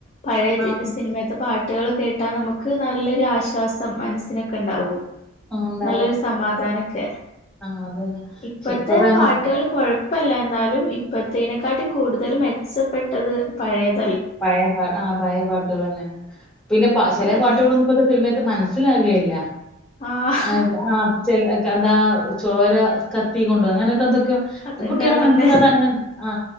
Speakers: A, on the left; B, in the centre.
A: പഴയ
B: ആഹ്
A: സിനിമയത്തെ പാട്ട് ട്ടുകൾ കേട്ടാൽ നമുക്ക് നല്ലൊരു ആശ്വാസം മനസ്സിനൊക്കെ ഉണ്ടാകും
B: ആഹ് ഉണ്ടാവും.
A: നല്ലൊരു സമാധാനൊക്കെ
B: ആഹ് അതന്നെ.
A: ഇപ്പഴത്തെ
B: പക്ഷെ ഇപ്പത്തെ നമ്മക്ക്
A: പാട്ടുകൾ കൊഴപ്പല്ല എന്നാലും ഇപ്പഴതേനെക്കാട്ടിലും കൂടുതലും മെച്ചപ്പെട്ടത് പഴയത്
B: പഴയ പാ ആ പഴയ പാട്ടുകൾ തന്നെ പിന്നെ ചില
A: അതന്നെ
B: പാട്ടുകളൊന്നും ഇപ്പോഴത്തെ സിനമ മന മനസ്സിലാകുകയില്ല
A: ആഹ്
B: അ ആ ചില എന്താ ചോര കത്തി കൊണ്ട അങ്ങനെ എന്തൊക്കെയോ
A: അതന്നെ
B: കുട്ടികള
A: അതന്നെ
B: മനസ്സിലാതെങ്ങനെ ആ